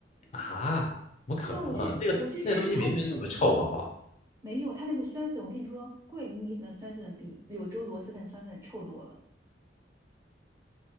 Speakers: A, on the left; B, on the right.
A: 啊，怎么可能？
B: 对啊，我去我去吃，
A: 那个那个东西明明那么臭，
B: 它就是
A: 好不好？
B: 没有它那个酸笋。我跟你说，桂林米粉的酸笋比柳州螺蛳粉酸笋臭多了。